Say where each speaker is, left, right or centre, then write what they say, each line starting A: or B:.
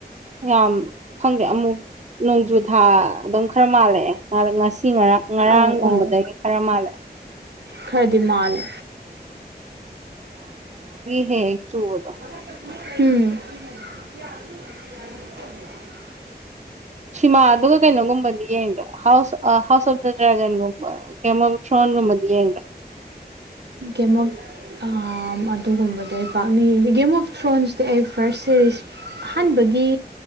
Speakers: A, on the right; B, on the right.
A: ꯌꯥꯝ ꯈꯪꯗꯦ ꯑꯃꯨꯛ ꯅꯣꯡꯖꯨ ꯊꯥ ꯑꯗꯨꯝ ꯈꯔ ꯃꯥꯜꯂꯛꯑꯦ ꯉꯁꯤ ꯉꯔꯥ ꯉꯔꯥꯡꯒꯨꯝꯕꯗꯒꯤ
B: ꯑꯧ ꯑꯧ
A: ꯈꯔ ꯃꯥꯜꯂꯦ
B: ꯈꯔꯗꯤ ꯃꯥꯂꯦ
A: ꯍꯦ ꯍꯦꯛ ꯆꯨꯕꯗꯣ
B: <inaudible>
A: ꯁꯤꯃꯥ ꯑꯗꯨꯒ ꯀꯩꯅꯣꯒꯨꯝꯕꯗꯤ ꯌꯦꯡꯗ꯭ꯔꯣ ꯍꯥꯎꯁ ꯑꯥ ꯍꯥꯎꯁ ꯑꯣꯐ ꯗꯥ ꯗ꯭ꯔꯦꯒꯟ ꯀꯦꯃꯣꯟ ꯊ꯭ꯔꯣꯟꯒꯨꯝꯕꯗꯤ ꯌꯦꯡꯗ꯭ꯔꯣ
B: ꯒꯦꯃꯣꯛ ꯑꯥ ꯑꯗꯨꯒꯨꯝꯕꯗꯣ ꯑꯩ ꯄꯥꯛꯅ ꯌꯦꯡꯗꯦ ꯒꯦꯝ ꯑꯣꯐ ꯊ꯭ꯔꯣꯟꯁꯇꯤ ꯑꯩ ꯐꯥꯔꯁ ꯁꯦꯔꯤꯁ ꯑꯍꯥꯟꯕꯒꯤ